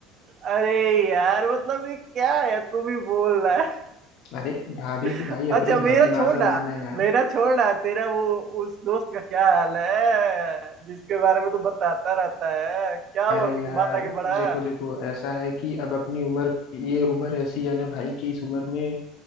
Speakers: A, on the right; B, on the left.
A: अरे यार मतलब ये क्या है तू भी बोल रहा है
B: अरे भाभी
A: <laughs>
B: तो भाई
A: अच्छा
B: अपनी भाभी
A: मेरा
B: माँ
A: छोड़ना
B: समान है यार
A: मेरा छोड़ना तेरा वो उस दोस्त का क्या हाल है जिसके बारे में तू बताता रहता है क्या
B: अरे
A: हुआ कुछ
B: यार
A: बात आगे बढ़ा
B: देखो देखो ऐसा है कि अब अपनी उम्र ये उम्र ऐसी है ना भाई कि इस उम्र में